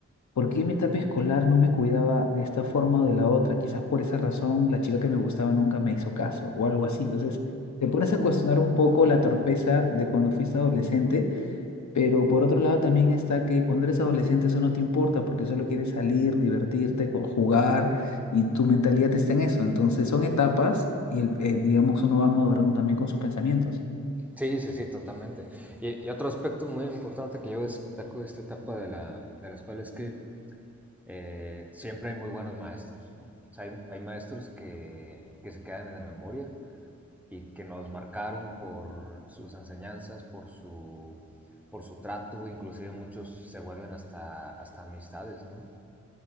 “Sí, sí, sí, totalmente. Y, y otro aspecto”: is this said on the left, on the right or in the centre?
Centre